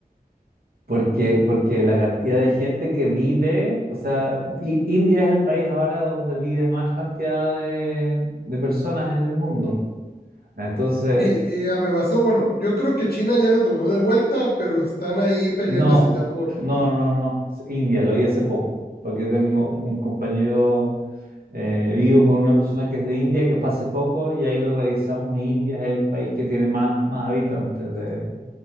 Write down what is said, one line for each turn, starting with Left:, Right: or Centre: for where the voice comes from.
Right: porque, porque la cantidad de gente que vive, o sea, I- India es el país ahora donde vive más cantidad de, de personas en el mundo. Entonces,
Left: Y, y arrebasó, bueno, yo creo que China ya lo tomó de vuelta, pero están ahí peleándose
Right: no,
Left: ya por.
Right: no, no, no, es India, lo vi hace poco, porque tengo un compañero, eh, vivo con una persona que es de India, que fue hace poco, y ahí lo revisamos, y India es el país que tiene más, más habitantes del